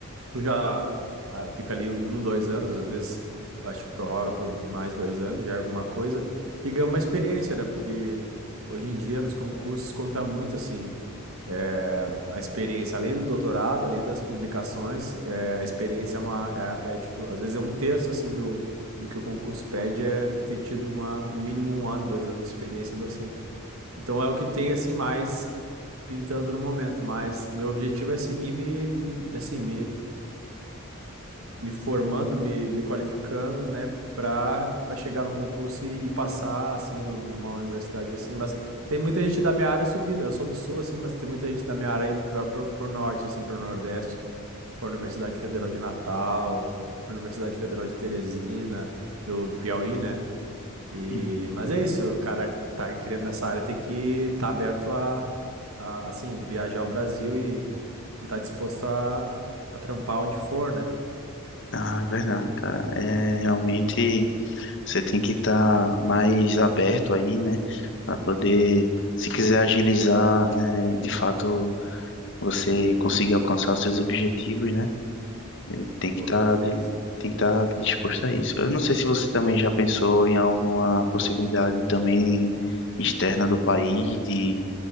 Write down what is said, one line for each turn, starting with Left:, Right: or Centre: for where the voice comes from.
Right: tu já ah, fica ali um, dois anos, às vezes eu acho que prorroga por mais dois anos, já é alguma coisa e ganha uma experiência, né? Porque hoje em dia nos concursos conta muito assim. É, a experiência, além do doutorado, além das publicações, é, a experiência é, uma, é, é, tipo, às vezes é um terço assim do, do que o concurso pede é tu ter tido uma, no mínimo um ano, dois anos de experiência docente. Então é o que tem assim mais pintando no momento, mas meu objetivo é seguir me, me assim, me me formando, me, me qualificando, né, para para chegar num concurso e, e passar assim no- numa universidade assim, mas tem muita gente da minha área subindo. Eu sou do sul assim, mas tem muita gente da minha área indo para o norte assim, para o nordeste, para a Universidade Federal de Natal, para a Universidade Federal de Teresina, do Piauí, né? E
Left: Hum.
Right: mas é isso, o cara que tá querendo nessa área tem que estar aberto a, a assim, viajar ao Brasil e e tá disposto a, a trampar onde for, né?
Left: Ah, é verdade, cara. É, realmente você tem que estar mais aberto aí, né? Para poder, se quiser agilizar, né, de fato, você conseguir alcançar os seus objetivos, né? Ele tem que
Right: Com
Left: estar
Right: certeza.
Left: tem que estar disposto a isso. Eu não sei se você também já pensou em alguma possibilidade também externa do país de,